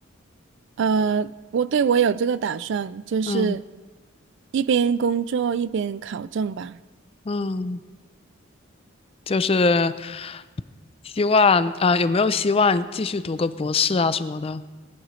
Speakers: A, on the right; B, on the left.
A: 呃，我对我有这个打算，就是
B: 嗯
A: 一边工作一边考证吧。
B: 嗯，就是希望啊、呃有没有希望继续读个博士啊什么的？